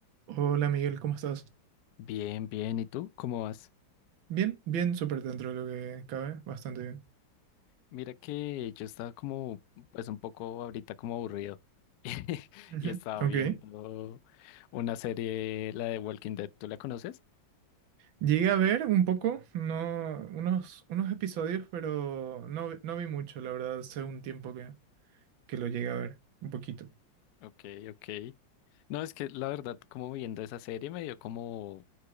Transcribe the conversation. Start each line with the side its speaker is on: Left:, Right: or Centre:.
Right: Hola Miguel, ¿cómo estás?
Left: Bien, bien. ¿Y tú? ¿Cómo vas?
Right: Bien, bien, súper dentro de lo que cabe, bastante bien.
Left: Mira que yo estaba como, pues un poco ahorita como aburrido. <laughs>
Right: Ujú,
Left: Y estaba
Right: Ok.
Left: viendo una serie, la de Walking Dead. ¿Tú la conoces?
Right: Llegué a ver un poco, no, unos, unos episodios, pero no, vi- no vi mucho, la verdad, hace un tiempo que, que lo llegué a ver, un poquito.
Left: Ok, ok. No, es que la verdad, como viendo esa serie me dio como,